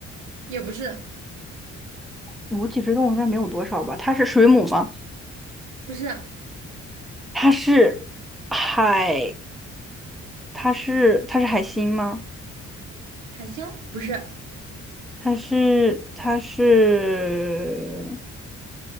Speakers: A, on the right; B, in the centre.
A: 也不是，
B: 无脊椎动物应该没有多少吧？它是水母吗？
A: 不是
B: 它是海？它是它是海星吗？
A: 海星，不是，
B: 它是它是